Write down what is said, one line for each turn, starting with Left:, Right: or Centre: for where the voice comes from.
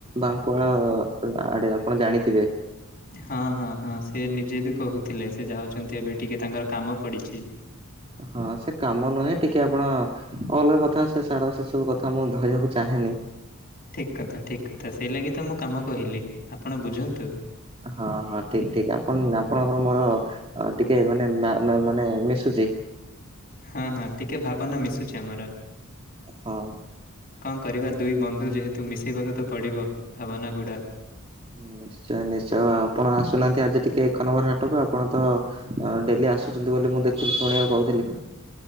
Right: ବାଙ୍କୁଳ ରେ ଆପଣ ଜାଣିଥିବେ?
Left: ହଁ ହଁ ହଁ ସେ ନିଜେ ବି କହୁଥିଲେ, ସେ ଯାଉଛନ୍ତି ଏବେ ଟିକେ ତାଙ୍କର କାମ ପଡିଛି।
Right: ହଁ ସେ କାମ ନୁହେଁ, ଟିକେ ଆପଣ, କଲ୍ ରେ କଥାହଉଛେ ଛାଡ ସେ ସବୁ କଥା ମୁଁ ଧରିବାକୁ ଚାହେଁ ହେନି?
Left: ଠିକ କଥା, ଠିକ କଥା, ସେଇ ଲାଗି ତ ମୁଁ କାମ କହିଲି ଆପଣ ବୁଝନ୍ତୁ।
Right: ହଁ ହଁ ଠିକ ଠିକ ଆପଣଙ୍କର ମୋର ଟିକେ ମାନେ, ମ୍ୟ ମ୍ୟ ମାନେ ମିଶୁଛି।
Left: ହଁ ହଁ ଟିକେ ଭାବନା ମିଶୁଛି ଆମର
Right: ହଁ।
Left: କଣ କରିବା, ଦୁଇ ବନ୍ଧୁ ଯେହେତୁ ମିଶେଇବାକୁ ତ ପଡ଼ିବ ଭାବନାଗୁଡ଼ା।
Right: ନିଶ୍ଚୟ ନିଶ୍ଚୟ, ଆପଣ ଆସୁନାହାନ୍ତି ଆଜି ଟିକେ ଏକ ନମ୍ବର ହାଟକୁ, ଆପଣ ତ ଡେଲି ଆସୁଛନ୍ତି ବୋଲି ମୁଁ ଦେଖୁି ଶୁଣିବାକୁ ପାଉଥିଲି।